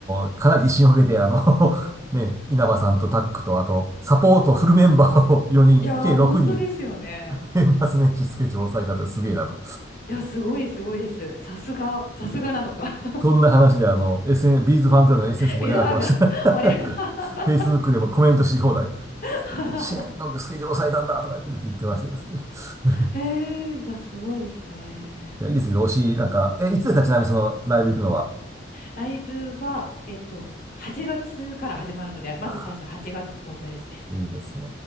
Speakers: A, on the right; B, on the left.
A: の、かなり威信をかけて、あの <laughs> ね、稲葉さんとタックと、あと、サポートフルメンバーを4人、
B: いやー、
A: 計6人、
B: 本当ですよね。
A: 年末年始スケジュールを抑えたってすげえなと。
B: いや、すごい、すごいです。さすが、さすがなのか。
A: そんな話であの、SN、ビーズファンクラブの SNS
B: <laughs>
A: 盛り上がってました。
B: 水ファンが盛り上が
A: <laughs> Facebook でもコメントし放題。
B: <laughs>
A: シェーンのスケジュール押さえたんだとか言って言ってましたですね。<laughs>
B: へえ、いや、すごいですね。
A: いや、いいですね。推し、なんか、え、いつですかちなみにそのライブ行くのは。
B: ライブは、えっと、8月から始まるので、まず最初8月東京ですね。
A: ああ、いいですね。